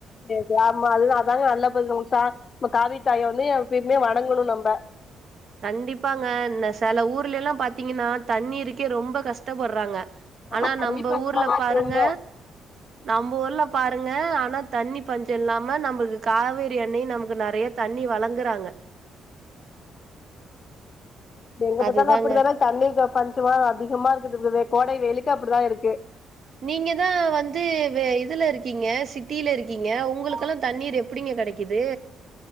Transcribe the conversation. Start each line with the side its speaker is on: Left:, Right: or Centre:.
Left: சேர் சேர் ஆமா அதுதா அதாங்க நல்ல பேசுற உங்குளுக் சா நம்ம காவிரித்தாய வந்து எப்பய்மே வணங்கணு நம்ப
Right: கண்டிப்பாங்க இந்த செல ஊர்லேலா பாத்தீங்குனா தண்ணீருக்கே ரொம்ப கஷ்டப்பட்றாங்க
Left: ஆமா
Right: ஆனா
Left: தண்ணி
Right: நம்ப
Left: பஞ்சமா
Right: ஊர்ல
Left: தா இருக்கு
Right: பாருங்க
Left: ரொம்ப
Right: நம்ப ஊர்ல பாருங்க ஆனா தண்ணி பஞ்ச இல்லாம நம்பளுக்கு காவேரி அண்ணயு நமக்கு நறைய தண்ணி வழங்குறாங்க
Left: எங்க
Right: அதுதாங்க
Left: பாத்தாலு அப்படித்தானே தண்ணிக்கு பஞ்சமா அதிகமா இருக்குது கோடை வெயிலுக்கு அப்படிதா இருக்கு
Right: நீங்க தா வந்து வே இதுல இருக் கிங்க சிட்டியில இருக்கீங்க உங்களுக்கெல்லா தண்ணீர் எப்படிங்க கடைக்குது